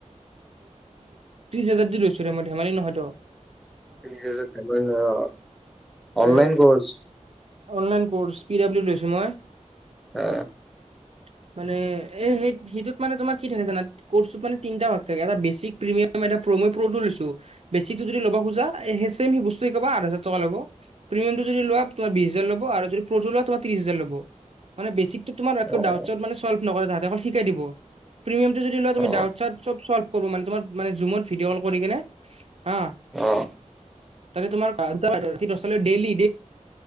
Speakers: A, on the right; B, in the centre.
A: হাজাৰ দিছো মই ধেমালি নহয় তো
B: এিছ হাজাৰ ধেমালি নহয়
A: তে
B: online course.
A: Online course, P W লৈছো মই।
B: আহ।
A: <unintelligible> মানে এ সেই সেইটোত মানে তোমাৰ কি থাকে জানা কৰ্চত মানে তিনিটা ভাগ থাকে, এটা বেচিক প্ৰিমিয়াম এ তো মই প্ৰতো লৈছো বিস্ক লব খোজা এই মেচ একেই বস্তু আঠা। হাজাৰ লৱ প্ৰিয়াম যদি লোৱা তোমাৰ বিশ হাজাৰ ল'ব আৰু যদি প্ৰতোৰ ত্ৰিছ হাজাৰ ল'ব। মানে বেছিক তমল্ নকৰে
B: অ
A: তাহতেকল শিকাই দিব প্ৰিমিয়ামটো যদি লোৱা
B: অ
A: তুমি ডল <unintelligible> <unintelligible> কব মানে তোমাৰ জোমত ভিদিঅ ক কৰি কিনে হা
B: আহ।
A: তাতে তোমাৰেই ডেইলী